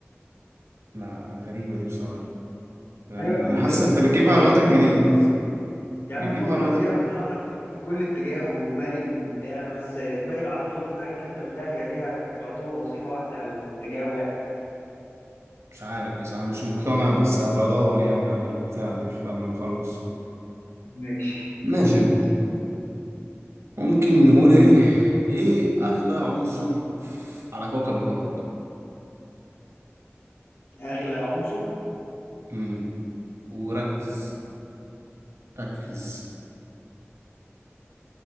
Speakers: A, on the right; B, on the left.
A: لا لا غريبه دي بصراحه غريبه
B: ايوه
A: انا
B: بي-
A: حاسس انت بتجيب
B: بيفكر
A: معلوماتك
B: فيها
A: منين
B: يا عم
A: بتجيب
B: فكر
A: معلوماتك
B: فيها بيتحرك في في كل اتجاه ومرن وبتاع بس باقي العضلات الحاجات اللي انت قلتها هي ليها يعتبر وظيفة واحدة او اتجاه واحد
A: مش عارف بصراحه مش مقتنع بس هبقى ادور يعني على البتاعه دي بعد ما نخلص
B: ماشي
A: ماشي ممكن نقول ايه ايه اغلى عنصر في- على كوكب الارض
B: اغلى عنصر
A: امم وركز ركز